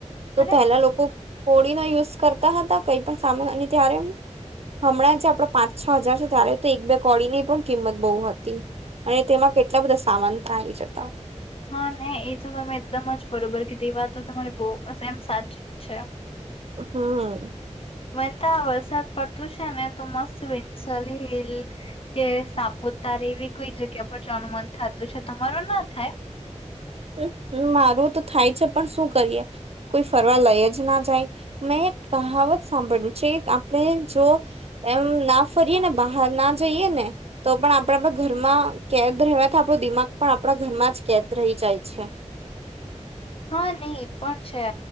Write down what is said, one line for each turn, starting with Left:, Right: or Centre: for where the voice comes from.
Right: તો
Left: અને
Right: પેલા લોકો. હોળી નો યુઝ કરતા હતા કઈ પણ સામાન ત્યારે. હમણાં જે આપડો પાંચ છ હજાર છે, ત્યારે તો એક બે કોડી ની પણ કિંમત બહુ હતી. અને તેમાં કેટલા બધા સામાન પણ આવી જતા.
Left: હા ને એ તો તમે એકદમ જ બરોબર કે તે વા તો તમારે બહુ <unintelligible> સાચી જ છે.
Right: <unintelligible>
Left: <unintelligible> વરસાદ પડતું છે, ને તો મસ્ત વિંસલ હિલ કે સાપુત તારે એવી કોઈ જગ્યા પર જ અનુમાન થતું છે, તમારું ના થાય.
Right: હ મારું તો થાય છે, પણ શું કરીએ કોઈ ફરવા લઈ જ ના જાય મે. <unintelligible> સાંભળ્યું છે, આપણે જો એમ ના ફરીએ ને બહાર ના જઈએ. ને તો પણ આપણે આપ ઘરમાં કેદ રવાથી આપણો દિમાગ પણ આપણા ઘરમાં જ કેદ રહી જાય. અચ્છા.
Left: હા નહી પણ છે.